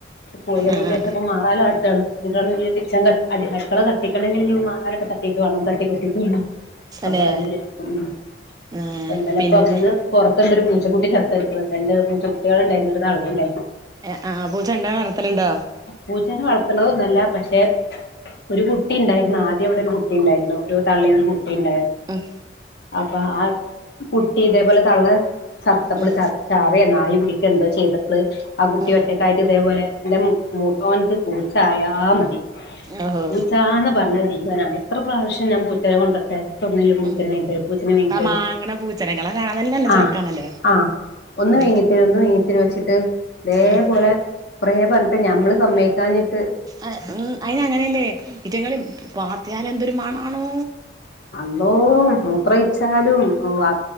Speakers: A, on the left; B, on the right.
A: പൊയന്നില്ലേ.
B: ആഹ്
A: മാറാല തട്ടാണ്. ഇന്നിട്ട് വാണങ്കി കിച്ചൺ ക അട്ക്കള ക ത്തിക്കണങ്കില് ഇഞ്ഞ് മാറാലൊക്കെ തട്ടീട്ട് വാണം. തട്ടികൊട്ടീട്ട് വാണം.
B: തന്നെ
A: അപ്പൊ അതുംവിചാര്ച്ച്ട്ട് നിന്ന്.
B: ആഹ്
A: അപ്പോം ഇന്നലെപ്പൊ
B: പിന്നെ
A: ഒക്കൊന്ന് പൊർത്ത്ണ്ടരു പൂച്ചക്കുട്ടി ചത്ത്ട്ക്ക്ണ് രണ്ട് പൂച്ചക്കുട്ട്യാള് ഇണ്ടായ്ന് ഒരു തള്ളിണ്ടായ്ന്
B: എഹ് ആഹ് പൂച്ച ഇണ്ടാ വളർത്തല്ണ്ടോ
A: പൂച്ചനെ വളർത്ത്ണതൊന്നുഅല്ല പക്ഷെ ഒരു കുട്ടി ഇണ്ടായിര്ന്നു ആദ്യം ഇവിടെ ഒരു കുട്ടി ഇണ്ടായിരുന്നു ഒരു തള്ളിം ഒരു കുട്ടിം കുട്ടിം ഇണ്ടായിര്ന്നു
B: ഉം
A: അപ്പൊ ആഹ് കുട്ടി ഇതേപോലെ തള്ള ചത്തപ്പള്
B: ഉം
A: ചത്ത് ചാവെ നായി പിടിക്കെ എന്തോ ചെയ്തപ്പള് ആഹ് കുട്ടി
B: ഉം
A: ഒറ്റക്കായിട്ട് ഇതേപോലെ ഇന്റെ മ് മൂത്തോൻക്ക് പൂച്ചായാ മതി
B: ഓഹോ
A: പൂച്ചാന്ന് പറ്ഞ്ഞാ ജീവനാണ് എത്ര പ്രാവ്ശ്യം ഞാൻ പൂച്ചനെ കൊണ്ടരട്ടെ ഇച്ച് ഒട്ന്നേലു ഒരു പൂച്ചനെ
B: ഉം
A: മെങ്ങിതരോ പൂച്ചനെ മേങ്ങി
B: ആ
A: തരോ
B: മാങ്ങണ പൂച്ചനകളെ കാണാൻ തന്നെ നല്ല ചെറുക്കാണല്ലേ
A: ആഹ് ആഹ് ഒന്ന്
B: ഉം
A: വേങ്ങി തെരോ ഒന്ന് വേങ്ങി തെരോ ച്ചിട്ട് ഇതേപോലെ
B: ഉം
A: കുറേ പറ്ഞ് പ്പെ ഞമ്മള് സമ്മയക്കാഞ്ഞിട്ട്
B: ആഹ് ഉം അയിന് അങ്ങനെയല്ലേ ഇറ്റങ്ങള് പാത്തിയാൽ എന്തൊരു മണാണോ
A: അള്ളോ മൂത്രൊയിച്ചാ ഒഴിച്ചാലും ഓഹ്